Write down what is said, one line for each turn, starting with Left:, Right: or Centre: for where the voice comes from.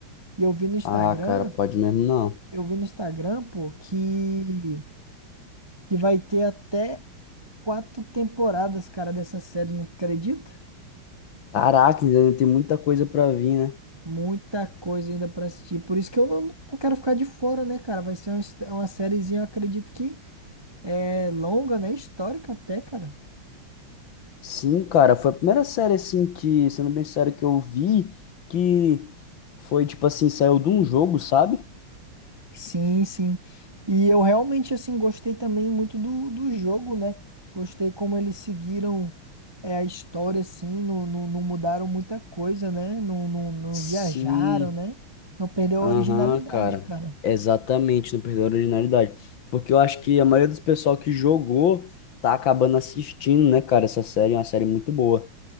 Right: E eu vi no Instagram,
Left: Ah, cara, pode mesmo não.
Right: eu vi no Instagram, pô, que, que vai ter até quatro temporadas, cara, dessa série, não acredita?
Left: Caraca, ainda tem muita coisa pra vir, né?
Right: Muita coisa ainda pra assistir. Por isso que eu não, não quero ficar de fora, né, cara? Vai ser uma, his- uma sériezinha, eu acredito que é longa, né? Histórica até, cara.
Left: Sim, cara, foi a primeira série assim que, sendo bem sério, que eu vi que foi tipo assim, saiu de um jogo, sabe?
Right: Sim, sim. E eu realmente, assim, gostei também muito do, do jogo, né? Gostei como eles seguiram é, a história, assim, não, não, não mudaram muita coisa, né? Não, não, não
Left: Sim,
Right: viajaram, né? Não perdeu
Left: aham,
Right: a originalidade,
Left: cara.
Right: cara.
Left: Exatamente, não perdeu a originalidade. Porque eu acho que a maioria dos pessoal que jogou tá acabando assistindo, né, cara? Essa série é uma série muito boa.